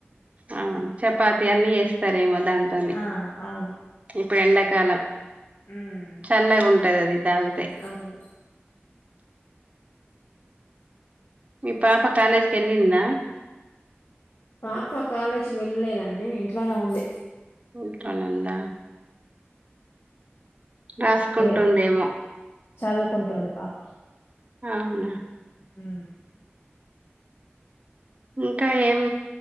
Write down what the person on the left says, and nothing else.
ఆ అవును
ఉమ్
అవును
పాప కాలేజీకి వెళ్ళలేదండి ఇంట్లోనే ఉంది
ఏ చదువుకుంటుంది పాప
హ్మ్